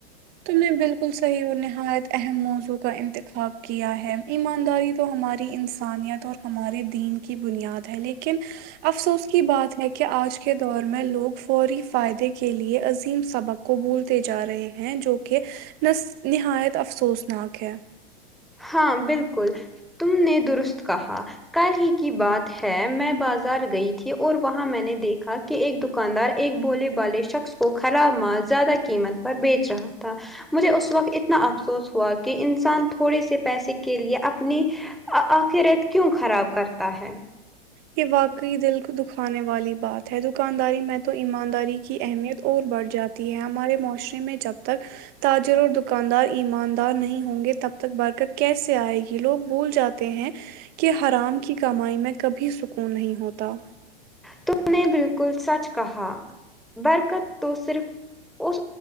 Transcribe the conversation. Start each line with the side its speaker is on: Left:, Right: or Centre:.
Right: تم نے بالکل صحیح اور نہایت اہم موضوع کا انتخاب کیا ہے ایمانداری تو ہماری انسانیت اور ہمارے دین کی بنیاد ہے لیکن افسوس کی بات ہے کہ آج کے دور میں لوگ فوری فائدے کے لئے عظیم سبق کو بولتے جا رہے ہیں جو کہ نہایت افسوسناک ہے
Centre: ہاں بالکل تم نے درست کہا کل ہی کی بات ہے میں بازار گئی تھی اور وہاں میں نے دیکھا کہ ایک دکاندار ایک بولے والے شخص کو خراب مال زیادہ قیمت پر بیچ رہا تھا مجھے اس وقت اتنا افسوس ہوا کہ انسان تھوڑے سے پیسے کے لیے اپنی آخرت کیوں خراب کرتا ہے
Right: یہ واقعی دل کو دکھانے والی بات ہے دکانداری میں تو ایمانداری کی اہمیت اور بڑھ جاتی تی ہے ہمارے معاشرے میں جب تک تاجر اور دکاندار ایماندار نہیں ہوں گے تب تک برکت کیسے آئے گی لوگ بھول جا تے ہیں کہ حرام کی کمائی میں کبھی سکون نہیں ہوتا
Centre: تم نے بالکل سچ کہا برکت تو صرف اس